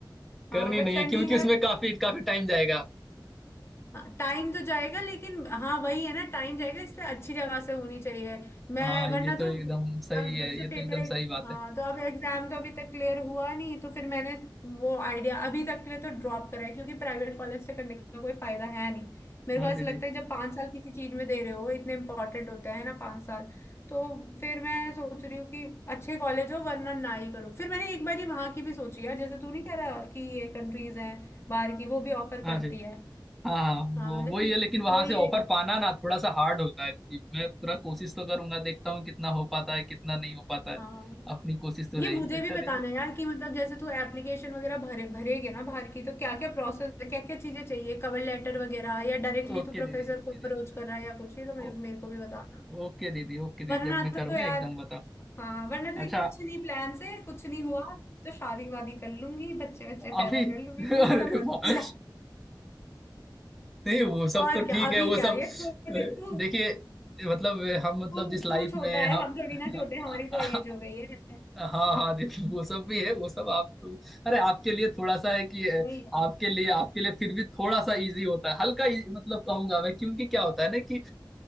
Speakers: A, in the centre; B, on the left.
A: करनी
B: हाँ बट
A: नहीं
B: करनी
A: है क्योंकि
B: है
A: उसमें
B: तो
A: काफी काफी टाइम जाएगा
B: हाँ टाइम तो जाएगा लेकिन हाँ वही है ना टाइम जाएगा इसलिए अच्छी जगह से होनी चाहिए मैं
A: हाँ ये
B: वरना
A: तो एकदम
B: तो
A: सही
B: और
A: है
B: जब से
A: ये
B: पेपर
A: तो एकदम सही बात
B: हाँ
A: है
B: तो अब एग्जाम तो अभी तक क्लियर हुआ नहीं तो फिर मैंने वो आइडिया अभी तक के लिए तो ड्रॉप करा है क्योंकि प्राइवेट कॉलेज से करने का कोई फायदा है नहीं मेरे
A: हाँ
B: को ऐसा
A: दीदी
B: लगता है जब पाँच साल किसी चीज में दे रहे हो इतने इंपॉर्टेंट होते हैं ना पाँच साल तो फिर मैं सोच रही हूँ कि अच्छे कॉलेज हो वरना ना ही करो फिर मैंने एक बार ही वहां की भी सोची है जैसे तू नहीं कह रहा कि ये कंट्रीज हैं बाहर की वो भी ऑफर
A: हाँ
B: करती
A: जी
B: है
A: हाँ
B: हाँ
A: वो
B: लेकिन
A: वही है लेकिन वहां
B: वही
A: से ऑफर
B: है
A: पाना ना थोड़ा सा हार्ड होता है दीदी मैं पूरा कोशिश तो करूंगा देखता हूँ कितना हो पाता है कितना नहीं हो पाता है
B: हाँ
A: अपनी कोशिश तो
B: ये
A: रहेगी
B: मुझे
A: अच्छा
B: भी बताना
A: दीदी
B: यार कि मतलब जैसे तू एप्लीकेशन वगैरह भरे भरेगे ना बाहर की तो क्या क्या प्रोसेस क्या क्या चीजें चाहिए कवर लेटर वगैरह या डायरेक्टली
A: ओके
B: तू प्रोफेसर
A: दीदी ओके
B: को अप्रोच
A: दीदी
B: कर रहा है या कुछ ये तो मेरे,
A: ओ,
B: मेरे को भी बताना
A: ओके दीदी ओके दीदी
B: वरना
A: जब मैं करूंगा
B: तो यार
A: एकदम बताओ
B: हाँ वरना
A: अच्छा
B: तो कुछ नहीं प्लान से कुछ नहीं हुआ तो शादी वादी कर लूंगी बच्चे बच्चे
A: अभी
B: पैदा कर लूंगी
A: <laughs> अरे
B: कुछ तो करूंगी
A: वाह।
B: लाइफ
A: नहीं वो सब
B: और
A: तो
B: क्या
A: ठीक
B: अभी
A: है वो
B: क्या
A: सब
B: ये छोटे
A: अ,
B: तू
A: देखिए मतलब हम मतलब
B: तू
A: जिस लाइफ
B: तू छोटा
A: में
B: है
A: हम
B: हम थोड़ी ना
A: <laughs>
B: छोटे हमारी तो एज हो गई है
A: हाँ हाँ जी तो वो सब भी है वो सब आप तो अरे आपके लिए थोड़ा सा है कि अ,
B: वही है
A: आपके लिए आपके लिए फिर भी थोड़ा सा इजी होता है हल्का easy, मतलब कहूंगा मैं क्योंकि क्या होता है ना कि